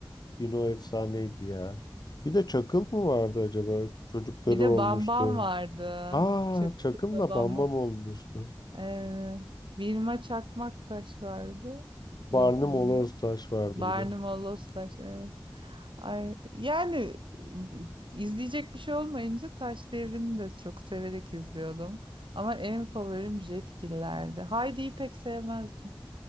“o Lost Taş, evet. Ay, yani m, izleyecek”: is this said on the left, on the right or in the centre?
Right